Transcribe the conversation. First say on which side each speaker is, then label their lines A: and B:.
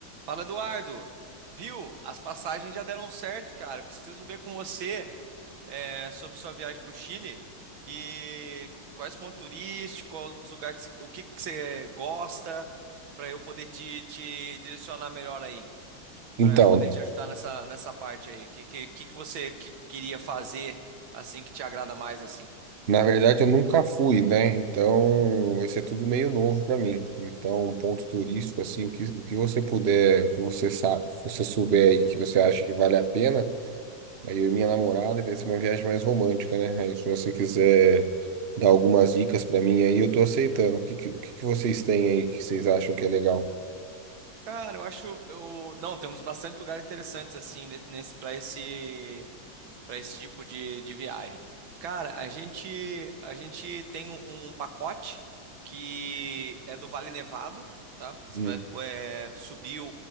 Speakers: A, on the right; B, on the right.
A: Fala, Eduardo. Viu? As passagens já deram certo, cara. Preciso ver com você é, sobre sua viagem para o Chile. E quais pontos turísticos, quais os lugares que você- o que que você gosta, para eu poder te, te direcionar melhor aí,
B: Então,
A: para eu poder te ajudar nessa, nessa parte aí. O que, que, que que você que- queria fazer assim que te agrada mais assim?
B: na verdade eu nunca fui, né? Então vai ser tudo meio novo para mim. Então, um ponto turístico, assim, o que, o que você puder, o que você sabe, se você souber aí que você acha que vale a pena, aí eu e minha namorada vai ser uma viagem mais romântica, né? Aí se você quiser dar algumas dicas para mim aí, eu tô aceitando. O que, que- o que que vocês têm aí que vocês acham que é legal?
A: Cara, eu acho eu não temos bastante lugares interessantes assim para esse para esse tipo de, de viagem. Cara, a gente a gente tem um, um pacote que é do Vale Nevado, tá? Você
B: Hum,
A: vai é, subir o,